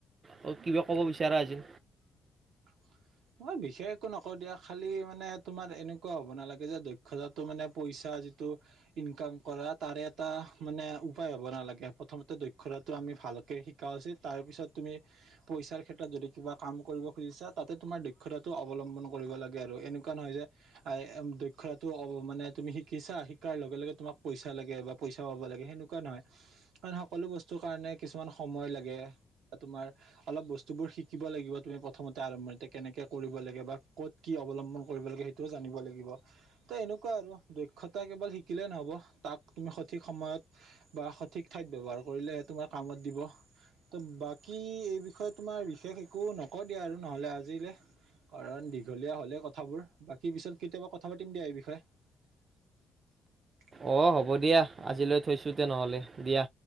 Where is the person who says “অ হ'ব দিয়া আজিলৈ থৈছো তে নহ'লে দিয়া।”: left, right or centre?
Right